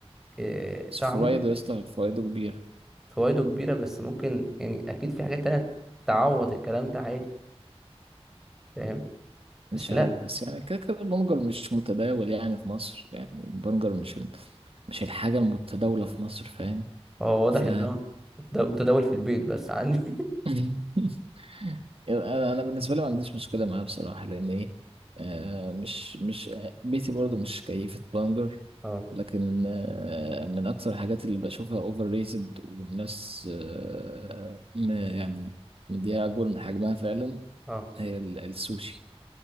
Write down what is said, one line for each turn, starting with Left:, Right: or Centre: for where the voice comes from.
Centre: إيه
Right: بس
Centre: طعمه
Right: فوائده يا اسطى فوائده كبيره
Centre: فوائده كبيره بس ممكن يعني اكيد في حاجات تانية تعوض الكلام ده عادي فاهم بس
Right: مش عارف
Centre: لا
Right: بس يعني كده كده البنجر مش متداول يعني في مصر يعني البنجر مش ال... مش الحاجه المتداوله في مصر فاهم
Centre: هو واضح
Right: ف
Centre: ان هو متد- متداول في البيت بس عندي
Right: <laughs> انا أنا بالنسبه لي ما عنديش مشكله معاه بصراحه لان ايه آه مش مش بيتي برضو مش كيفه بانجر
Centre: <laughs> اه
Right: لكن آه من اكثر الحاجات اللي بشوفها اوفر ريتد والناس آه م- يعني مديها اكبر من حجمها فعلا
Centre: اه
Right: هي ال- السوشي